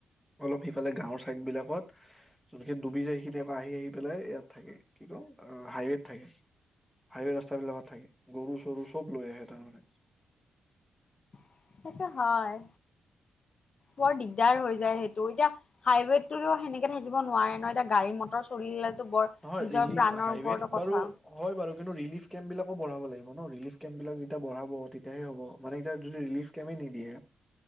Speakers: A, in the centre; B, on the left.
A: অলপ সিফালে গাঁৱৰ চাইদ বিলাকত যোনখিনি ডুবি যায় সেইখিনি আহি আহি পেলাই ইয়াত থাকে। কি কম হাইৱেত থাকে। হাইৱে ৰাস্তা বিলাকত থাকে গৰু চৰু চব লৈ আহে তাৰমানে।
B: সেইটো হয় বৰ দিগদাৰ হৈ যায় সেইটো এতিয়া হাইৱেতোটো সেনেকে থাকিব নোৱাৰে ন এতিয়া গাড়ী-মটৰ চলিলেতো বৰ
A: নহয়
B: নিজৰ
A: ৰিলি
B: প্ৰাণৰ
A: হাইৱেত
B: ওপৰতো কথা
A: বাৰু হয় বাৰু কিন্তু ৰিলিফ কেম্প বিলাকো বঢ়াব লাগিব ন ৰিলিফ কেম্প বিলাক যেতিয়া বঢ়াব তেতিয়াহে হ'ব মানে এতিয়া যদি ৰিলিফ কেমে নিদিয়ে